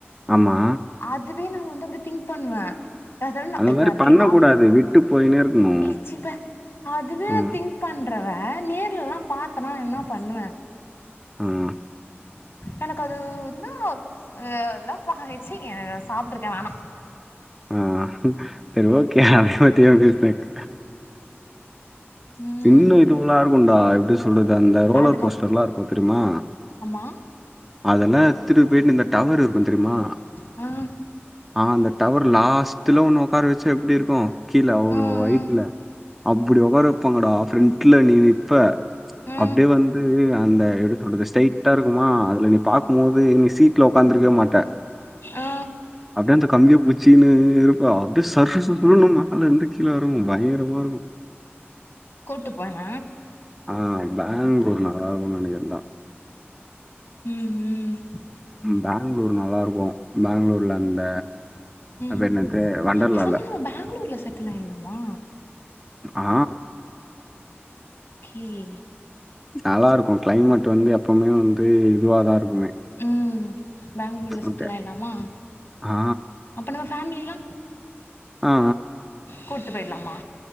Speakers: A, in the centre; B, on the left (about 65°).
A: ஆமா
B: அதுவே நா வந்து அப்டே திங்க் பண்ணுவே ஏத நா
A: அந்த
B: இப்ப
A: மாரி பண்ணக்கூடாது.
B: தி அவ்
A: விட்டு போயின்னே இருக்கணும்.
B: ஏ சீ பே அதுவே நா
A: ம்,
B: திங்க் பண்றவ நேர்லல்லாபாத்தனா என்ன பண்ணுவே
A: ம்
B: எனக்கு அது என்னா எல்லா சீ சாப்ட்டுருக்கே வேணா
A: ஆ செரி ஓகே அத பத்தி ஏ பேசினிக்
B: ம்
A: இன்னு இதுவல்லா இருக்குடா எப்டி சொல்றது அந்த ரோலர்
B: அதுக்கப்
A: கோஸ்டர்ல்லா இருக்கு தெரிமா
B: ஆமா
A: அதெல்லா எத்துனுபோயி இந்த டவர் இருக்கும் தெரிமா
B: ஆ
A: ஆ அந்த டவர் லாஸ்ட்ல ஒண்ண ஒக்கார வெச்சா எப்டி இருக்கும் கீழ அவ்ளோ
B: ஆ
A: ஹயிட்ல
B: ஆ
A: அப்டி ஒகார வெப்பாங்கடா ஃப்ரெண்ட்ல நீ நிப்ப
B: ஆ
A: அப்டிடே வந்து அந்த எப்டி சொல்றது ஸ்டைட்டா இருக்குமா அதுல நீ பாக்கு போது நீ சீட் ல ஒகாந்துருக்க மாட்ட
B: ஆ
A: அப்டியே அந்த கம்பிய புச் சீனு இருக்கும் அப்டியே சர் சர்ன்னு மேல இருந்து கீழ இறங்கும் பயங்கரமா இருக்கு
B: கூட்டு போங்க
A: ஆ பேங்ளூர் நல்லா இருக்குனு நெனைக்கிறந்தான்
B: ம் ம்
A: பேங்ளூர் நல்லா இருக்கு பேங்ளூர்ல அந்த
B: ம்
A: அது பேர் என்னது? வொண்டர்லால.
B: பேசாம நம்ம பேங்ளூர்ல செட்டில் ஆயிட்லாமா
A: ஆ
B: கீீ
A: நல்லாருக்கும் கிளைமேட் வந்து எப்பவுமே வந்து இதுவாதா இருக்குமே
B: ம் பேங்ளூர்ல செட்டில்
A: ஓகே.
B: ஆயிலாமா
A: ஆ,
B: அப்போ நம்ம ஃபேமிலி எல்லா
A: ஆ
B: கூட்டு போயிட்லம்மா